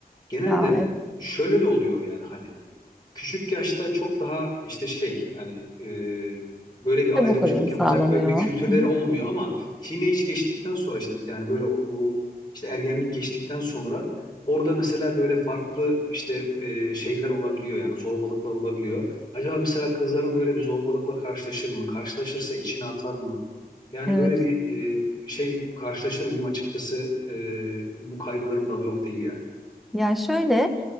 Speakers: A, on the left; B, in the centre.
A: Genelde
B: Ya evet.
A: şöyle de oluyor yani hani küçük yaşta çok daha işte şey hani e, böyle bir
B: Çabuk
A: ayrımcılık
B: uyum
A: yapacak
B: sağlanıyor.
A: böyle bir kültürleri
B: Hı hı.
A: olmuyor ama teenage geçtikten sonra işte yani böyle bu işte ergenlik geçtikten sonra orada mesela böyle farklı işte e, şeyler olabiliyor yani zorbalıklar olabiliyor. Acaba mesela kızların böyle bir zorbalıkla karşılaşır mı? Karşılaşırsa içine atar mı? Yani
B: Evet.
A: böyle bir e, şey karşılaşır mıyım açıkçası e, bu kaygılarım da yok değil yani.
B: Ya şöyle